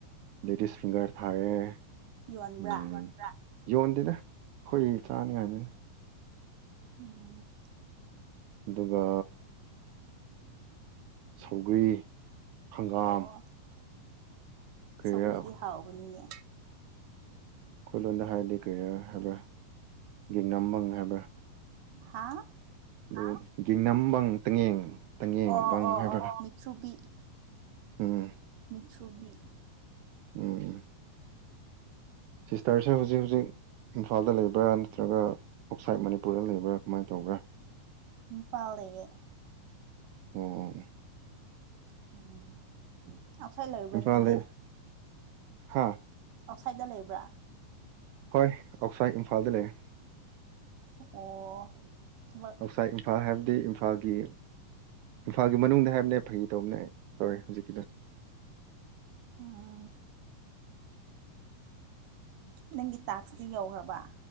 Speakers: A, on the right; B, on the right.
A: ꯂꯦꯗꯤꯁ ꯐꯤꯡꯒꯔ ꯊꯥꯔꯦ
B: ꯌꯣꯟꯕ꯭ꯔꯥ
A: ꯎꯝ ꯌꯣꯟꯗꯦꯗ ꯑꯩꯈꯣꯏ ꯆꯥꯅꯤꯉꯥꯏꯅꯤ
B: ꯑꯣ
A: ꯑꯗꯨꯒ ꯁꯧꯒ꯭ꯔꯤ ꯍꯪꯒꯥꯝ
B: ꯑꯣ
A: ꯀꯔꯤꯔꯥ
B: ꯁꯧꯒ꯭ꯔꯤꯗꯤ ꯍꯥꯎꯕꯅꯤꯅꯦ
A: ꯑꯩꯈꯣꯏꯂꯣꯟꯗ ꯍꯥꯏꯗꯤ ꯀꯩ ꯍꯥꯏꯕ꯭ꯔꯥ ꯌꯦꯅꯝꯕꯪ ꯍꯥꯏꯕ꯭ꯔ
B: ꯍꯥꯥ
A: <unintelligible>
B: ꯑꯣ
A: ꯕꯪ
B: ꯑꯣ
A: ꯍꯥꯏꯕ꯭ꯔꯥ
B: ꯑꯣ ꯃꯤꯇ꯭ꯔꯨꯕꯤ
A: ꯎꯝ
B: ꯃꯤ꯭ꯇꯔꯨ <inaudible>
A: ꯎꯝ ꯎꯝ ꯁꯤꯁꯇꯔꯁꯦ ꯍꯧꯖꯤꯛ ꯍꯧꯖꯤꯛ ꯏꯝꯐꯥꯜꯗ ꯂꯩꯕ꯭ꯔꯥ ꯅꯠꯇ꯭ꯔꯒ ꯑꯥꯎꯠꯁꯥꯏꯠ ꯃꯅꯤꯄꯨꯔꯗ ꯂꯩꯕ꯭ꯔꯥ ꯀꯃꯥꯏꯅ ꯇꯧꯒꯦ
B: ꯏꯝꯐꯥꯜ ꯂꯩꯌꯦ
A: ꯑꯣ
B: <inaudible> ꯑꯥꯎꯠꯁꯥꯏꯠ ꯂꯩꯕ꯭ꯔꯥ
A: ꯏꯝꯐꯥꯜ
B: ꯅꯪꯗꯤ
A: ꯂꯩ ꯍꯥ
B: ꯑꯥꯎꯠꯁꯥꯏꯗꯠꯇ ꯂꯩꯕ꯭ꯔꯥ
A: ꯍꯣꯏ ꯑꯣꯛꯁꯥꯏ ꯏꯝꯐꯥꯜꯗ ꯂꯩꯌꯦ
B: ꯑꯣ ꯊꯕꯛ
A: ꯑꯥꯎꯠꯁꯥꯏꯠ ꯏꯝꯐꯥꯜ ꯍꯥꯏꯕꯗꯤ ꯏꯝꯐꯥꯜꯒꯤ ꯏꯝꯐꯥꯜꯒꯤ ꯃꯅꯨꯡꯗ ꯍꯥꯏꯕꯅꯦ ꯐꯥꯒꯤ ꯇꯧꯕꯅꯦ ꯑꯩ ꯇꯧꯔꯦ ꯍꯧꯖꯤꯛꯀꯤꯗ
B: ꯑꯥ ꯅꯪꯒꯤ ꯇꯥꯛꯁꯇꯤ ꯌꯧꯈ꯭ꯔꯕ